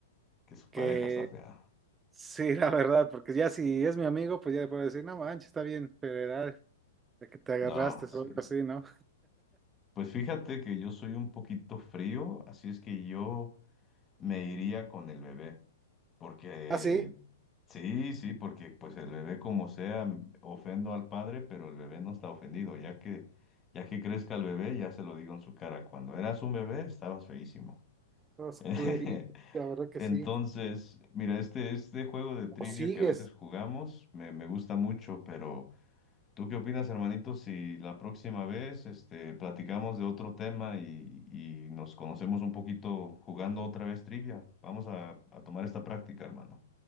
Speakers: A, on the left; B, on the right.
A: Que su pareja
B: que
A: está fea.
B: <laughs> sí, la verdad, porque ya si es mi amigo, pues ya le puedo decir, no manches, está bien, federal, de que te agarraste
A: No,
B: o
A: sí.
B: algo así, ¿no?
A: Pues fíjate que yo soy un poquito frío, así es que yo me iría con el bebé. Porque,
B: Ah, sí.
A: sí, sí, porque pues el bebé como sea, m- ofendo al padre, pero el bebé no está ofendido, ya que, ya que crezca el bebé, ya se lo digo en su cara, cuando eras un bebé estabas feísimo.
B: Los
A: <laughs>
B: culeritos, la verdad que
A: Entonces,
B: sí.
A: mira, este, este juego de trivia
B: O sigues.
A: que a veces jugamos me, me gusta mucho, pero ¿tú qué opinas, hermanito, si la próxima vez este, platicamos de otro tema y, y nos conocemos un poquito jugando otra vez trivia? Vamos a, a tomar esta práctica, hermano.